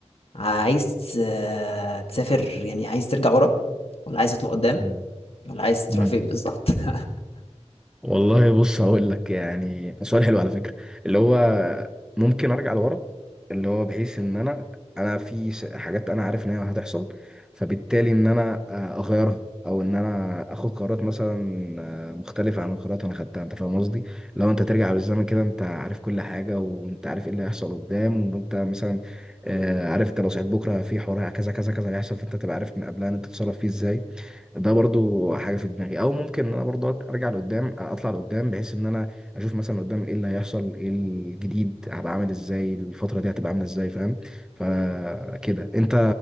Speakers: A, on the left; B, in the centre.
A: عايز آه، تسافر يعني عايز ترجع ورا ولا عايز تطلع قدام
B: مم.
A: ولا عايز
B: مم.
A: تروح فين بالظبط <laughs>
B: والله بص هقول لك يعني سؤال حلو على فكرة اللي هو ممكن ارجع لورا اللي هو بحيث ان انا انا في س- حاجات انا عارف ان هي هتحصل فبالتالي ان انا آه، اغيرها او ان انا اخد قرارات مثلا آه، مختلفة عن القرارات انا خدتها انت فاهم قصدي لو انت ترجع بالزمن كده انت عارف كل حاجة وانت عارف ايه اللي هيحصل قدام وانت مثلا آه، عارف انت لو صحيت بكرة في حوار كذا كذا كذا هيحصل فانت تبقى عارف من قبلها ان انت تتصرف فيه ازاي ده برضو حاجه في دماغي او ممكن ان انا برضو أك- ارجع لقدام اطلع لقدام بحيث ان انا اشوف مثلا قدام ايه اللي هيحصل ايه الجديد هبقى عامل ازاي الفتره دي هتبقى عامله ازاي فاهم فكده انت